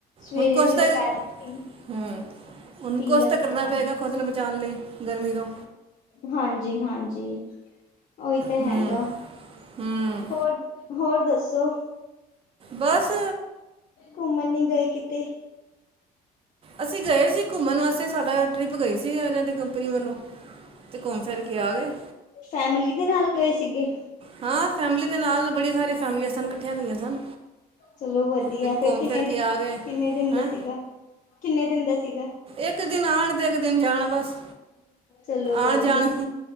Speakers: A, on the left; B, on the right.
A: ਸਵੇਰੇ
B: ਹੁਨ ਕੁਛ
A: ਤੇ
B: ਤਾਂ
A: ਦੁਪਹਿਰ ਨੂੰ ਪੀ
B: ਹੂੰ ਹੁਨ
A: ਪੀ
B: ਕੁਛ
A: ਲੈਂਦੇ
B: ਤਾਂ ਕਰਨਾ
A: ਹਾਂ
B: ਪਏਗਾ ਖੁਦ ਨੂੰ ਬ ਚਾਲੇ ਗਰਮੀ ਤੋਂ
A: ਹਾਂਜੀ-ਹਾਂਜੀ, ਓਈ ਤਾਂ ਹੈਗਾ।
B: ਹੂੰ ਹੂੰ
A: ਹੋਰ-ਹੋਰ ਦੱਸੋ
B: ਬਸ
A: ਘੁੰਮਨ ਨੀ ਗਏ ਕਿਤੇ।
B: ਅਸੀਂ ਗਏ ਸੀ ਘੁੰਮਨ ਵਾਸਤੇ ਸਾਡਾ ਟਰਿਪ ਗਈ ਸੀ ਏਨਾਂ ਦੇ ਕੰਪਨੀ ਵੱਲੋਂ, ਤੇ ਘੁੰਮ ਫਿਰ ਕੇ ਆ ਗਏ।
A: ਫੈਮਲੀ ਦੇ ਨਾਲ ਗਏ ਸੀਗੇ।
B: ਹਾਂ ਫੈਮਿਲੀ ਦੇ ਨਾਲ ਬੜੀਆਂ ਸਾਰੀਆਂ ਫੈਮਲੀਆਂ ਸਨ ਕੱਠੀਆਂ ਗਈਆਂ ਸਨ।
A: ਚਲੋ ਵਦੀਆ
B: ਤੇ
A: ਫੇਰ
B: ਘੁੰਮ
A: ਕਿੰਨੇ
B: ਫਿਰ
A: ਦਿਨ,
B: ਕੇ ਆ ਗਏ
A: ਕਿੰਨੇ ਦਿਨ
B: ਹੈਂ
A: ਦਾ ਸੀਗਾ ਕਿੰਨੇ ਦਿਨ ਦਾ ਸੀਗਾ।
B: ਇੱਕ ਦਿਨ ਆਨ ਤੇ ਇੱਕ ਦਿਨ ਜਾਨ ਬਸ
A: ਚਲੋ ਵਧੀਆ
B: ਆਨ ਜਾਨ।